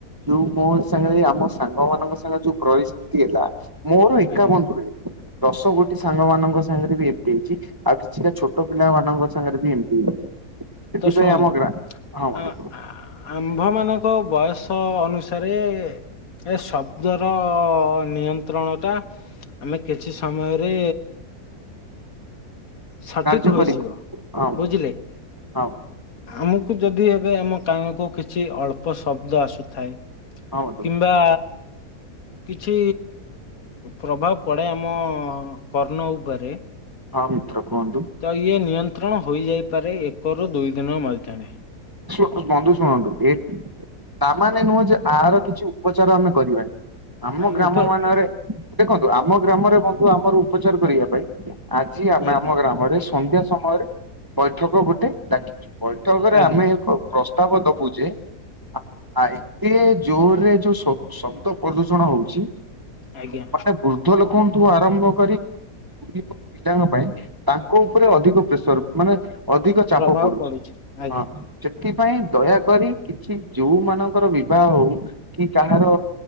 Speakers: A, on the right; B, on the left.
A: ଯୋଉ ମୋ ସାଙ୍ଗେରେ ଆମ ସାଙ୍ଗ ମାନଙ୍କ ସାଙ୍ଗରେ ଯୋଉ ପରିସ୍ଥିତି ହେଲା ମୋର ଏକା
B: ଆଜ୍ଞା
A: ବନ୍ଧୁ ଦଶ ଗୋଟି ସାଙ୍ଗ ମାନଙ୍କ ସାଙ୍ଗରେ ବି ଏମିତି ହେଇଛି। ଆଉ କିଛିଟା ଛୋଟ ପିଲାମାନାନଙ୍କ ସାଙ୍ଗରେ ବି ଏମିତି ସେଥିପାଇଁ
B: ତ ଶୁଣନ୍ତୁ
A: ଆମ ଗ୍ରା ହଁ ବନ୍ଧୁ
B: ଆ ହା ଆମ୍ଭମାନଙ୍କ ବୟସ ଅନୁସାରେ ଏ ଶବ୍ଦର ନିୟନ୍ତ୍ରଣ ଟା ଆମେ କିଛି ସମୟରେ ସଠିକ୍
A: କାର୍ଯ୍ୟ
B: ହେଇଯିବ
A: କରିବି ହଁ ବନ୍ଧୁ
B: ବୁଝିଲେ।
A: ହଁ ବନ୍ଧୁ
B: ଆମକୁ ଯଦି ଏବେ ଆମ କାନକୁ କିଛି ଅଳ୍ପ ଶବ୍ଦ ଆସୁଥାଏ
A: ହଁ ବନ୍ଧୁ।
B: ବା କିଛି ପ୍ରଭାବ ପଡ଼େ ଆମ କର୍ଣ୍ଣ ଉପରେ।
A: ହଁ ମିତ୍ର କୁହନ୍ତୁ।
B: ତ ଇଏ ନିୟନ୍ତ୍ରଣ ହୋଇଯାଇପାରେ ଏକରୁ ଦୁଇ ଦିନ ମଧ୍ୟରେ।
A: ଶୁ ବନ୍ଧୁ ଶୁଣନ୍ତୁ ଏ ତାମାନେ ନୁହଁ ଯେ ଆର କିଛି ଉପଚାର ଆମେ କରିବାନି। ଆମ
B: ଆଜ୍ଞା
A: ଗ୍ରାମ ମାନରେ ଦେଖନ୍ତୁ ଆମ ଗ୍ରାମରେ ବନ୍ଧୁ ଆମର ଉପଚାର କରିବା ପାଇଁ ଆଜି ଆମେ
B: ଆଜ୍ଞା
A: ଆମ ଗ୍ରାମରେ ସନ୍ଧ୍ୟା ସମୟରେ ବୈଠକ ଗୋଟେ ଡାକିଚୁ। ବୈଠକରେ
B: ଆଜ୍ଞା
A: ଆମେ ଏକ ପ୍ରସ୍ତାବ ଦବୁ ଯେ ଆ ଆ ଏତେ ଜୋରରେ ଯୋଉ ଶ ଶବ୍ଦ ପ୍ରଦୂଷଣ ହଉଚି
B: ଆଜ୍ଞା
A: ମାନେ ବୃଦ୍ଧ ଲୋକ ଙ୍କ ଠୁ ଆରମ୍ଭ କରି କୁନି କୁନି ପିଲାଙ୍କ ପାଇଁ ତାଙ୍କ ଉପରେ ଅଧିକ ପ୍ରେସର ମାନେ ଅଧିକ ଚାପ
B: ପ୍ରଭାବ
A: ପଡୁଚି
B: ପଡୁଛି ଆଜ୍ଞା
A: ହଁ। ସେଥିପାଇଁ ଦୟାକରି କିଛି ଯୋଉ ମାନଙ୍କର ବିବାହ ହଉ କି କାହାର